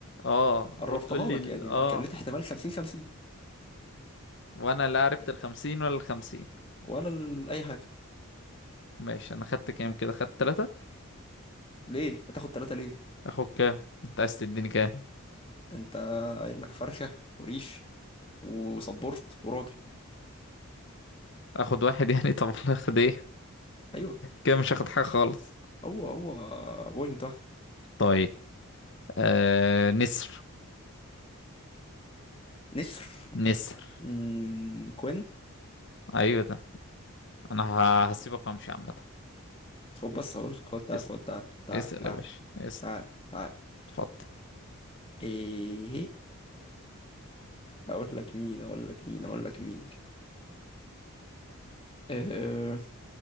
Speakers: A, on the left; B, on the left.
A: اه
B: قربتها
A: وتقول لي
B: لك
A: ال-
B: يعني
A: اه
B: كلت احتمال 50 50
A: وانا لا عرفت الخمسين ولا الخمسين
B: ولا ال- اي حاجة
A: ماشي انا خدت كام كده خدت تلاتة
B: ليه هتاخد ثلاثة ليه
A: اخد كام انت عايز تديني كام
B: انت قايل لك فرخة وريش وصبرت وراجل
A: اخد واحد <laughs> يعني طب والله اخد ايه
B: ايوه
A: كده مش هاخد حاجة خالص
B: هو هو بوينت واحدة
A: طيب آه... نسر
B: نسر
A: نسر
B: أمم، كوين
A: ايوه ده انا ه- هسيبك وامشي عامة
B: خد بص هقول خد تعال
A: اس...
B: خد تعال تعال
A: اسأل
B: تعال
A: يا باشا اسأل
B: تعال تعال
A: اتفضل
B: ايه اقول لك مين اقول لك مين اقول لك مين أه